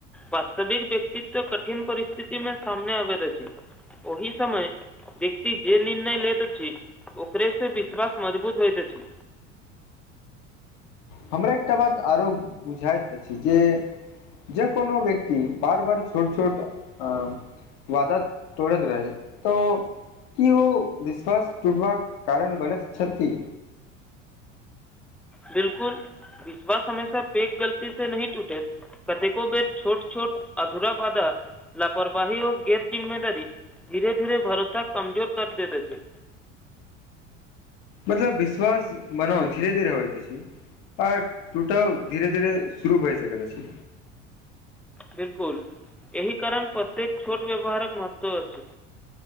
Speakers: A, in the centre; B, on the left (about 55°).
A: वास्तविक व्यक्तित्व कठिन परिस्थिति मे सामने आबैत अछि ओहि समय व्यक्ति जे निर्णय लेत अछि ओकरे से विश्वास मजबूत होइत अछि
B: हमरा एकटा बात आरो बुझाइत अछि जे जब कोनो व्यक्ति बार बार छोट छोट अ वादा तोड़ैत रहै तो की ओ विश्वास टूटबाक कारण बनैत छथि
A: बिलकुल विश्वास हमेशा पैघ गलती से नहि टूटेट कतेको बेर छोट छोट अधूरा बधा लापरवाही ओ गैर जिम्मेदारी धीरे धीरे भरोसा कमजोर कर दैत अछि
B: मतलब विश्वास मनो धीरे धीरे होइ छै आ टूटल धीरे धीरे शुरू भए सकैत अछि
A: बिलकुल एहि कारण प्रत्येक छोट व्यवहारक महत्व अछि